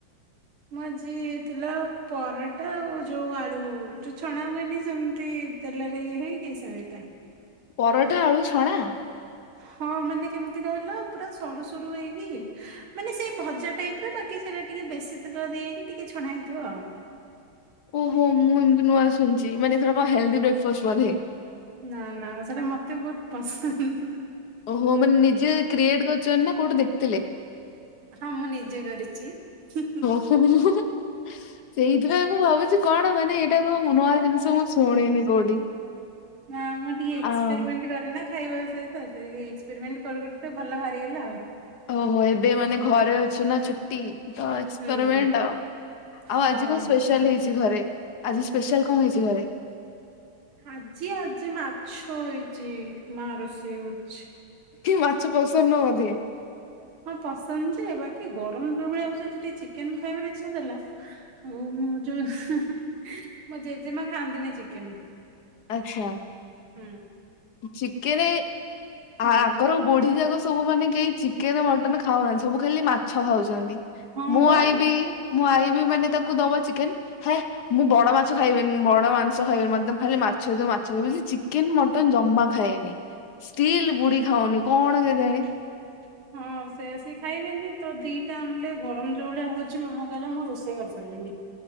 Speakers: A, on the right; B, on the left.
A: ମୁଁ ଆଜି ହେଇଥିଲା ପରଟା ଆଉ ଯୋଉ ଆଳୁ ଚୁ ଛଣା ହୁଏନି ସେମିତି ତେଲରେ ଇଏ ହେଇକି ସେଇଟା।
B: ପରଟା ଆଳୁ ଛଣା।
A: ହଁ ମାନେ କେମିତି କହିଲ ପୁରା ସରୁ ସରୁ ହେଇକି ମାନେ ସେଇ ଭଜା ଟାଇପର ବାକି ସେଟା ଟିକେ ବେଶୀ ତେଲ ଦିଆ ହେଇକି ଟିକେ ଛଣା ହେଇଥିବ ଆଉ।
B: ଓହୋ ମୁଁ ଏମତି ନୂଆ ଶୁନଚି ମାନେ ସେଟା କଣ ହେଲଦି ବ୍ରେକଫାଷ୍ଟ ବଧେ।
A: ନା ନା ସେଟା ମତେ ବହୁତ ପସନ୍ଦ।
B: ଓହୋ ମାନେ ନିଜେ କ୍ରିଏଟ କରୁଛନ୍ତି ନା କୋଉଠି ଦେଖ
A: ହଁ ମୁଁ ନିଜେ କରିଚି ହୁଁ ହୁଁ।
B: <unintelligible> ସେଇଥିପାଇଁ ମୁଁ ଭାବୁଚି କଣ ମାନେ ଏଇଟା ମୁ ନୂଆ ଜିନିଷ ମୁଁ ଶୁଣିନି କୋଉଠି।
A: ନା ମୁଁ ଟିକେ ଏକ୍ସପେରିମେଣ୍ଟ
B: ଆଉ
A: କରେ ନା ଖାଇବା ସହିତ ସେ ଏକ୍ସପେରିମେଣ୍ଟ କରୁ <unintelligible> ତ ଭଲ ବାହାରିଗଲା ଆଉ।
B: ଓହୋ ଏବେ ମାନେ ଘରେ ଅଛୁ ନା ଛୁଟି ତ ଏକ୍ସପେରିମେଣ୍ଟ
A: ହୁଁ।
B: ଆଉ। ଆଉ
A: ହଁ
B: ଆଜି କଣ ସ୍ପେଶାଲ ହେଇଚି ଘରେ ଆଜି ସ୍ପେଶାଲ କନ ହେଇଚି ଘରେ?
A: ଆଜି ଆଜି ମାଛ ହେଇଚି ମା ରୋଷେଇ କରୁଚି।
B: ମାଛ ପସନ୍ଦ ନୁହ ବୋଧେ?
A: ହଁ ପସନ୍ଦ ଯେ ବାକି ଗରମ ଯୋଉ ଭଳିଆ ହଉଚି ଆଜି ଟିକେ ଚିକେନ ଖାଇବାର ଇଛା ଥିଲା। ମୁଁ ମୁଁ ଯୋଉ ମୋ ଜେଜେମା ଖାଆନ୍ତିନି ଚିକେନ।
B: ଆଚ୍ଛା।
A: ହୁଁ।
B: ଚିକେନେ ଆ
A: ହଁ
B: ଆଗୁରୁ ବୁଢ଼ୀ ଯାକ ସବୁ ମାନେ କେହି ଚିକେନ ମଟନ ଖାଉନାହାନ୍ତି ସବୁ ଖାଲି ମାଛ ଖାଉଛନ୍ତି
A: ହଁ
B: ମୋ
A: ବା।
B: ଆଇ ବି ମୁଁ ଆଇ ବି ମାନେ ତାକୁ ଦବ ଚିକେନ ହେ ମୁଁ ବଡ ମାଛ ଖାଇବିନି ବଡ ମାଂସ ଖାଇବିନି ମତେ ଖାଲି ମାଛ ଦିଅ ମାଛ ଦିଅ ବୁ <inaudible> ଚିକେନ ମ ଟନ ଜମା ଖାଏନି ଷ୍ଟିଲ୍ ବୁଢୀ ଖାଉନି କଣ ଦେବେ?
A: <unintelligible> ହଁ ସେ ସି ଖାଇବେନି ତ ଦିଟା ଆଣିଲେ ଗରମ ଯୋଉ ଭଳିଆ ହଉଛି ମାମା କହିଲା ମୁଁ ରୋଷେଇ କରି ପାରିବିନି।